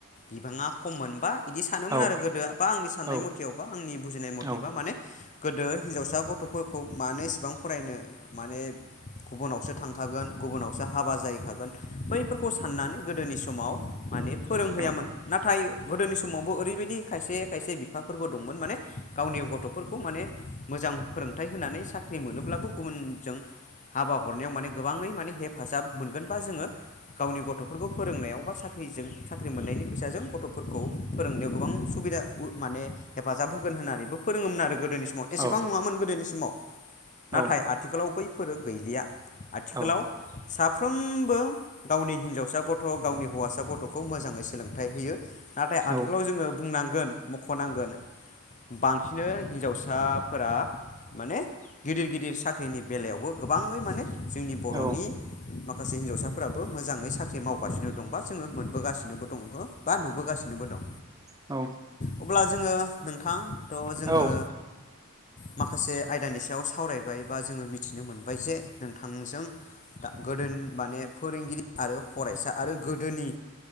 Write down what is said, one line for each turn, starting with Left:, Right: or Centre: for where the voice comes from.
Left: बिबाङा खम मोनबा बिदि सानोमोन
Right: औ
Left: आरो गोदो बा आंनि साननाय
Right: औ
Left: मथेयावबा आंनि बुजिनाय मथेबा
Right: औ
Left: माने गोदो हिनजावसा गथ'फोरखौ मानो इसेबां फरायनो माने गुबुनावसो थांखागोन गुबुनावसो हाबा जाहैखागोन बैफोरखौ साननानै गोदोनि समाव माने फोरोंहैयामोन।
Right: औ
Left: नाथाय गोदोनि समावबो ओरैबायदि खायसे खायसे बिफाफोरबो दंमोन माने गावनि गथ'फोरखौ माने मोजां फोरोंथाइ होनानै साख्रि मोनोब्लाबो गुबुनजों हाबा हरनायाव माने गोबाङै माने हेफाजाब मोनगोन बा जोङो गावनि गथ'फोरखौ फोरोंनायाव बा साख्रिजों साख्रि मोननायनि फैसाजों गथ'फोरखौ फोरोंनायाव गोबां सुबिदा माने हेफाजाब होगोन होननानैबो फोरोङोमोन आरो गोदोनि समाव एसेबां
Right: औ
Left: नङामोन गोदोनि समाव
Right: औ
Left: नाथाय आथिखालाव बैफोरो गैलिया आथिखालाव
Right: औ
Left: साफ्रोमबो गावनि हिनजावसा गथ' गावनि हौवासा गथ'खौ मोजाङै सोलोंथाइ होयो। नाथाय
Right: औ
Left: आथिखालाव जोङो बुंनांगोन मख'नांगोन बांसिनो हिनजावसा फोरा माने गिदिर गिदिर साख्रिनि बेलायावबो गोबाङै माने जोंनि बर'नि
Right: औ
Left: माखासे हिनजावसाफोराबो मोजाङै साख्रि मावगासिनो दंबा जोङो मोनबोगासिनोबो दङ बा नुबोगासिनोबो दं
Right: औ
Left: अब्ला जोङो नोंथां द' जोङो
Right: औ
Left: माखासे आयदानि सायाव सावरायबाय बा जोङो मिथिनो मोनबाय जे नोंथांजों दा गोदो माने फोरोंगिरि आरो फरायसा आरो गोदोनि